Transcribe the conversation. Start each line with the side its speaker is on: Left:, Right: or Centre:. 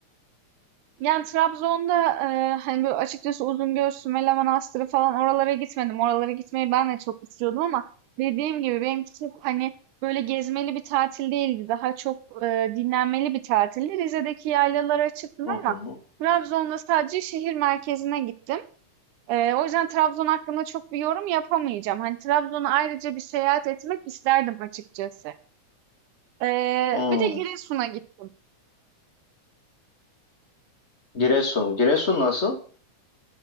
Right: Yani Trabzon'da, eee, hani, böyle, açıkçası Uzungöl, Sümele Manastırı falan oralara gitmedim. Oralara gitmeyi ben de çok istiyordum ama dediğim gibi benimki çok, hani, böyle, gezmeli bir tatil değildi. Daha çok, eee, dinlenmeli bir tatildi. Rize'deki yaylalara çıktım
Left: Hı
Right: ama
Left: hı.
Right: Trabzon'da sadece şehir merkezine gittim. Eee, o yüzden Trabzon hakkında çok bir yorum yapamayacağım. Hani, Trabzon'a ayrıca bir seyahat etmek isterdim açıkçası. Eee,
Left: Hmm.
Right: bir de Giresun'a gittim.
Left: Giresun. Giresun nasıl?